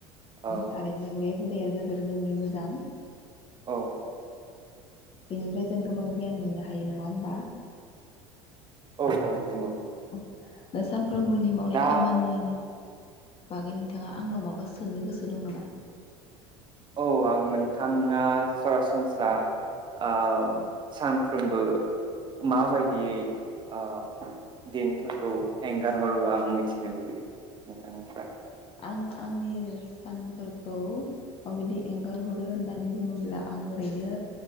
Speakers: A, on the right; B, on the left.
A: ओ
B: थारैनो बे हुदाया जोबोर जोंनि मोजां।
A: औ।
B: बेनिफ्राय जों गोबां गियान मोननो हायो नङा होमबा।
A: औ औ औ नंगौ।
B: <unintelligible> सानफ्रोमबोनि मावनाय
A: दा
B: खामानि बागै नोंथाङा आंनाव माबा सोंनो गोसो दं नामा?
A: औ आं नोंथाङा सरासनस्रा ओ सान
B: ओ
A: सानफ्रोमबो माबायदियै ओ दिनफोरखौ एंगार हरो आं मिथिनो लुबैयो। नोंथांनिफ्राय ।
B: आं आंनि सानफोरखौ माबायदि एंगारहरो होननानै बुङोब्ला आं ओरैनो